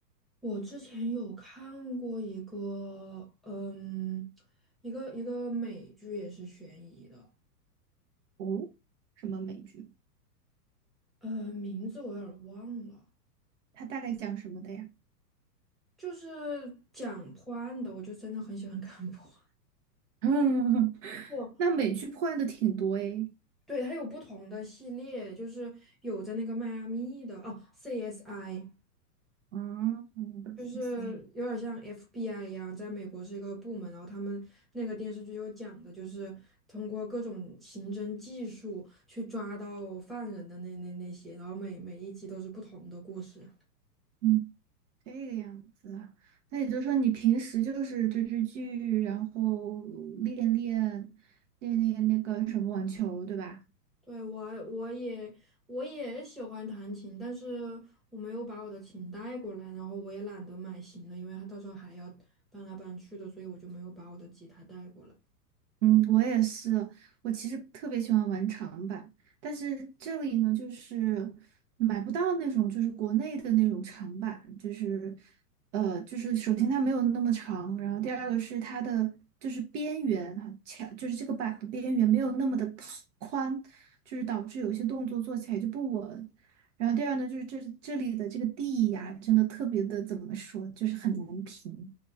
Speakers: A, in the centre; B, on the right.
A: 我之前有看过一个，嗯，一个一个美剧也是悬疑的，
B: 哦，什么美剧？
A: 呃，名字我有点儿忘了，
B: 它大概讲什么的呀？
A: 就是讲破案的，我就真的很喜欢看破案。
B: <laughs> 嗯，
A: <laughs> 哦，
B: 那美剧破案的挺多诶。
A: 对，它有不同的系列，就是有在那个迈阿密的，哦，CSI。
B: 啊，嗯，哇塞，
A: 就是有点像 FBI 一样，在美国是一个部门，然后他们那个电视剧就讲的就是通过各种刑侦技术去抓到犯人的那那那些，然后每每一集都是不同的故事。
B: 嗯，这个样子啊。那也就是说，你平时就是追追剧，然后练练练练那个什么网球，对吧？
A: 对，我我也我也喜欢弹琴，但是我没有把我的琴带过来，然后我也懒得买新的，因为它到时候还要搬来搬去的，所以我就没有把我的吉他带过来。
B: 嗯，我也是。我其实特别喜欢玩长板，但是这里呢，就是买不到那种就是国内的那种长板，就是呃，就是首先它没有那么长，然后第二个是它的就是边缘啊，墙就是这个板的边缘没有那么的宽，就是导致有些动作做起来就不稳。然后第二呢，就是这这里的这个地呀，真的特别的怎么说，就是很难评。